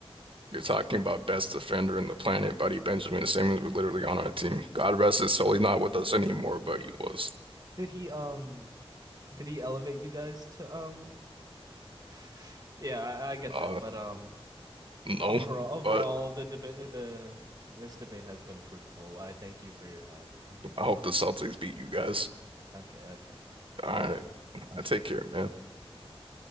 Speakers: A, on the right; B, on the right.
A: You're talking about best defender in the planet, buddy. Benjamin Simmons was literally on our team. God rest his soul. He's not with us anymore, but he was.
B: Did he um did he elevate you guys to um <sighs> Yeah, I, I get
A: Uh,
B: that, but um
A: no.
B: overall overall
A: But
B: the debate the this debate has been fruitful. I thank you for your time. I thank
A: I
B: you
A: hope
B: for
A: the Celtics beat you guys.
B: Okay, okay.
A: All right.
B: I'll do.
A: I take care, man.
B: Yeah.